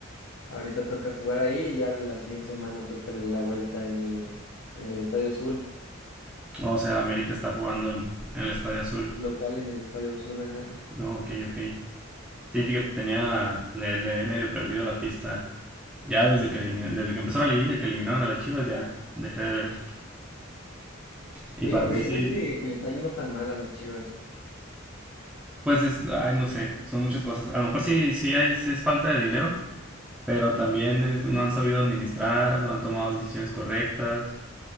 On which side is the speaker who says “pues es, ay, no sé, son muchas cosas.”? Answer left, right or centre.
Centre